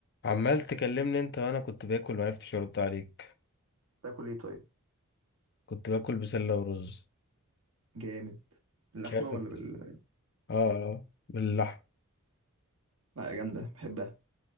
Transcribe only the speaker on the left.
عمال تكلمني انت وانا كنت باكل ما عرفتش ارد عليك
كنت باكل بسله ورز
مش عارف ات-
اه اه باللحم